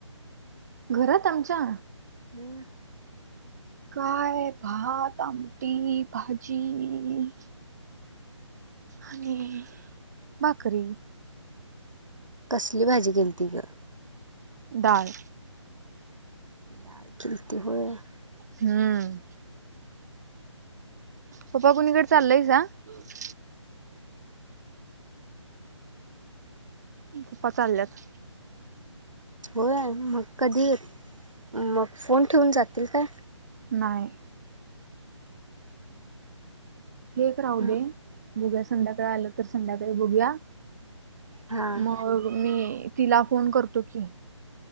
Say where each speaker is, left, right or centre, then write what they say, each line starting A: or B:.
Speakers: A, on the right; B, on the right.
A: घरात आमच्या
B: हम्म
A: काय भात आमटी भाजी आणि भाकरी
B: कसली भाजी केली ती ग
A: डाळ
B: डाळ खलते होय <unintelligible>
A: हम्म. पप्पा कुणीकडे चाललंय सा <unintelligible> पप्पा चालल्यात.
B: होय न मग कधी मग फोन ठेवून जातील काय?
A: नाही. ऐक राहू
B: हं,
A: दे. बुघ्या संध्याकाळी आलं तर संध्याकाळी बघुया.
B: हां
A: मग मी. तिला फोन करतो की.